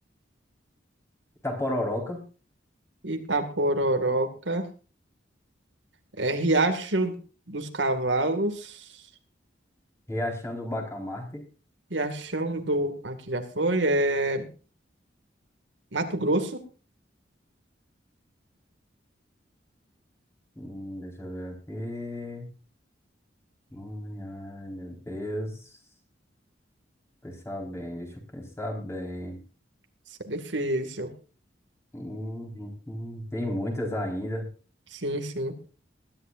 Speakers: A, on the left; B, on the right.
A: Itapororoca,
B: Itapororoca, é Riacho dos Cavalos,
A: Riachão do Bacamarte.
B: Riachão do, aqui já foi, é Mato Grosso,
A: Hum, deixa eu ver aqui. Hum, Ai, meu Deus. Pensar bem, deixa eu pensar bem.
B: isso é difícil.
A: Hum, hum, hum. Tem muitas ainda.
B: Sim, sim.